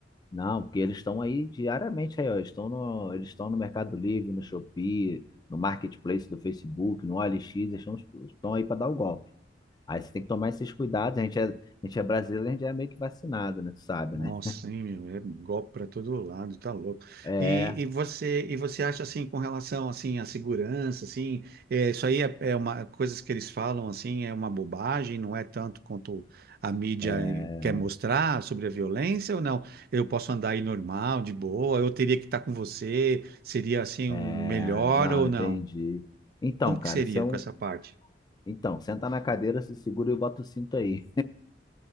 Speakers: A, on the left; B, on the right.
A: Não, porque eles estão aí diariamente aí, ó. Estão no, eles estão no Mercado Livre, no Shopee, no Marketplace do Facebook, no OLX, eles estão, estão aí para dar o golpe. Aí você tem que tomar esses cuidados. A gente é, a gente é brasileiro, a gente é meio que vacinado, né? Tu sabe,
B: Nossa,
A: né?
B: hein, meu, é golpe para todo lado, tá louco.
A: É,
B: E, e você e você acha assim com relação assim à segurança, assim, é, isso aí é, é uma coisas que eles falam assim, é uma bobagem, não é tanto quanto a mídia
A: é,
B: quer mostrar sobre a violência ou não? Eu posso andar aí normal, de boa, eu teria que estar com você, seria assim
A: é.
B: um melhor
A: Não,
B: ou não?
A: entendi. Então,
B: Como que
A: cara,
B: seria
A: esse é um.
B: com essa parte?
A: Então, senta na cadeira, se segura e bota o cinto aí.